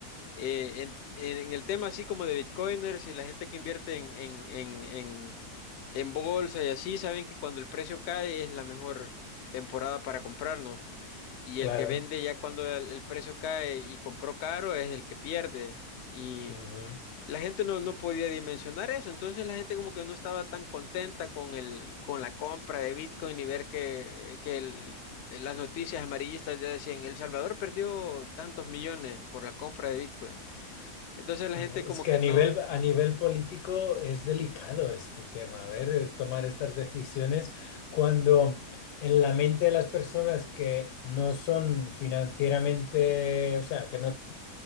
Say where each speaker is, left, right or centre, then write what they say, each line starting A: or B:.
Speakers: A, on the left; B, on the left.
A: eh, en, en el tema así como de Bitcoiners y la gente que invierte en, en, en, en en bolsa y así, saben que cuando el precio cae es la mejor temporada para comprar, ¿no? Y
B: Claro.
A: el que vende ya cuando el, el precio cae y compró caro es el que pierde. Y
B: Ujú.
A: la gente no, no podía dimensionar eso. Entonces la gente como que no estaba tan contenta con el, con la compra de Bitcoin y ver que, que el- las noticias amarillistas ya decían, El Salvador perdió tantos millones por la compra de Bitcoin. Entonces
B: Claro,
A: la gente como
B: es que
A: que
B: a
A: no.
B: nivel, a nivel político es delicado este tema, a ver, el tomar estas decisiones cuando en la mente de las personas que no son financieramente, o sea, que no,